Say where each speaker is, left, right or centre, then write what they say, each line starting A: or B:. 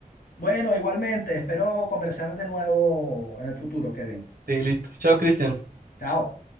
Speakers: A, on the left (about 75°); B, on the right (about 85°).
A: Bueno, igualmente, espero conversar de nuevo en el futuro, Kevin.
B: Sí, listo. Chao, Cristian.
A: Chao.